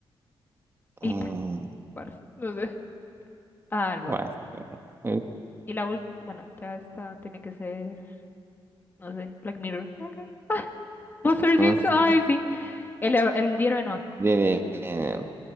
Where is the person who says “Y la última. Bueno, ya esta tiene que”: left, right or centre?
Left